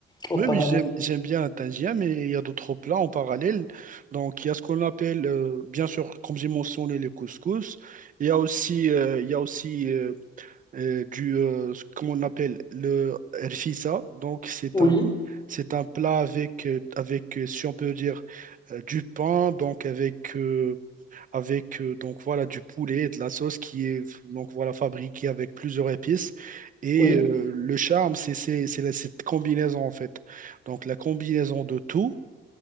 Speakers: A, on the left; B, on the right.
A: en
B: Oui,
A: parallèle?
B: oui, j'aime, j'aime bien un tangien, mais il y a d'autres plats en parallèle. Donc, il y a ce qu'on appelle, euh, bien sûr, comme j'ai mentionné, les couscous. Il y a aussi, euh, il y a aussi euh, euh, du, euh, ce qu'on appelle le rfissa. Donc, c'est
A: Oui,
B: un, c'est un plat avec, euh, avec, euh, si on peut dire, euh, du pain, donc avec, euh, avec euh, donc voilà du poulet et de la sauce qui est donc voilà fabriquée avec plusieurs épices et
A: oui,
B: euh, le charme c'est c'est c'est la- cette combinaison en fait donc la combinaison de tout